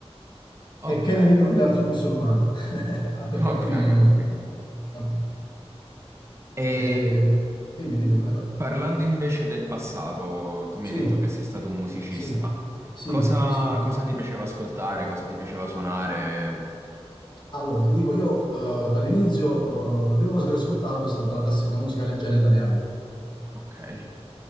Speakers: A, on the right (about 25°); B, on the left (about 45°).
A: Ok,
B: Che, che ne dicono gli altri musulmani? <laughs> Ah, Perché
A: ok,
B: alcuni... eh,
A: ho capito.
B: ok, ok.
A: E
B: Eh, dimmi, dimmi, vai, vai.
A: parlando invece del passato, tu mi
B: Sì,
A: hai detto che sei stato un musicista.
B: sì, sì,
A: Cosa,
B: sì.
A: cosa ti piaceva ascoltare? Cosa ti piaceva suonare?
B: Allora, ti dico, io eh, dall'inizio eh, la prima cosa che ho ascoltato è stata la classica musica leggera italiana,
A: Ok. Eh,